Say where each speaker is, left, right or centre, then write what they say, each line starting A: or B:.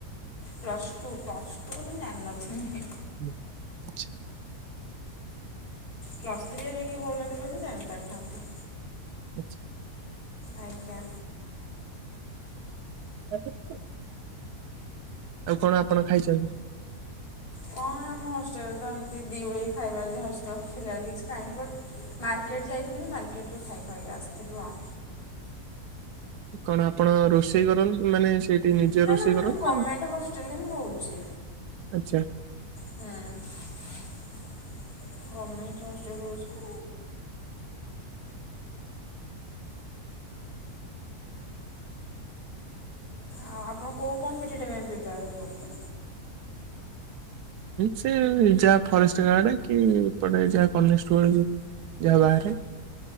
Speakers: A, on the left (about 70°); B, on the right (about 80°).
A: ପ୍ଲସ୍ ଟୁ ପ୍ଲସ୍ ଟୁ ମୁଁ ଜାନି ନଥିମି।
B: <inaudible>
A: ପ୍ଲସ୍ ଥ୍ରୀ ଏବେ କିଏ କରୁଛନ୍ତି କହିଲେ ମୁଁ ଜାଣିପାରିଥାନ୍ତି।
B: ଆଚ୍ଛା
A: ଆଜ୍ଞା।
B: <unintelligible> ଆଉ କଣ ଆପଣ ଖାଇଛନ୍ତି?
A: କଁ ଆମ ହଷ୍ଟେଲରେ ତ ଏମିତି ଦି ଓଳି ହଁ ଖାଇବା ଦିଆହୋଉଛି ତ ଫିଲହାଲ କିଛି ଖାଇନି ବଟ୍ ମାର୍କେଟ ଯାଇଥିଲି ଯେ ମାର୍କେଟରୁୁ ଖାଇ ଖୁଆକି ଆସିଥିଲୁ ଆଉ।
B: କଣ ଆପଣ ରୋଷେଇ କରନ୍ତ ମାନେ ସେଇଠି ନିଜେ
A: ନା
B: ରୋଷେଇ
A: ନା ମୁଁ
B: କରନ୍ତି
A: ଗଭର୍ଣ୍ଣମେଣ୍ଟ
B: ନା
A: ହଷ୍ଟେଲରେ ହିଁ ରହୁଛି
B: ଆଚ୍ଛା।
A: ହୁଁ ଗମେଣ୍ଟ ହଷ୍ଟଲରେ ରହୁଛି ଆଉ ଆପଣ କେଉଁ କମ୍ପିଟେଟିଭ୍ ପାଇଁ ପ୍ରିପେୟାର ହେଉଛନ୍ତି?
B: ସେ ଯାହା ଫରେଷ୍ଟ ଗାର୍ଡ କି ଏପଟେ ଯାହା କନେଷ୍ଟବଳ କି ଯାହା ବାହାରେ।